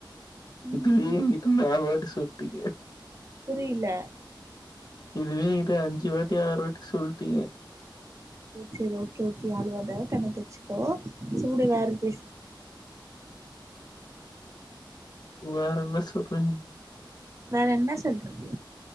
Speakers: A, on the right; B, on the left.
A: ம்
B: இதுவே எ கிட்ட நால் வாட்டி சொட்டீங்க
A: புரியல
B: இதுவே எ கிட்ட அஞ்சு வாட்டி ஆறு வாட்டி சொல்டீங்க
A: செரி ஓகே ஓகே அழ்வாத கண்ண தொச்சுக்கோ ச்சூடு வேற பேசு
B: வேறன்ன சொல்றங்க
A: வேற என்ன சொல்றது